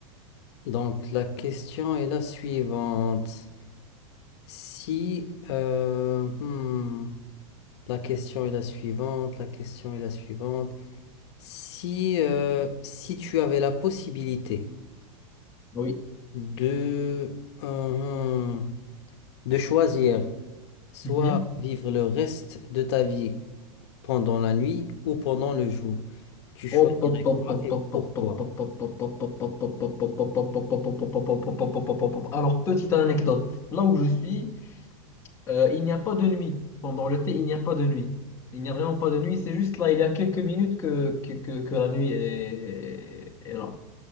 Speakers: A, on the left; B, on the left.
A: Donc, la question est la suivante. Si. euh, hmm, la question est la suivante. La question est la suivante. Si, euh, si tu avais la possibilité
B: Oui.
A: de. euh, hmm, de choisir. Soit
B: Mhm.
A: vivre le reste de ta vie pendant la nuit ou pendant le jour. Tu choisirais
B: Hop, hop, hop,
A: quoi
B: hop,
A: et
B: hop,
A: pourquoi?
B: hop, hop, hop, hop, hop, hop, hop, hop, hop, hop, hop, hop, hop, hop, hop, hop, hop, hop, hop, hop, hop, hop. Alors, petite anecdote. Là où je suis, euh, il n'y a pas de nuit. Pendant l'été, il n'y a pas de nuit. Il n'y a vraiment pas de nuit. C'est juste là, il y a quelques minutes que, que, que, que la nuit est, est là.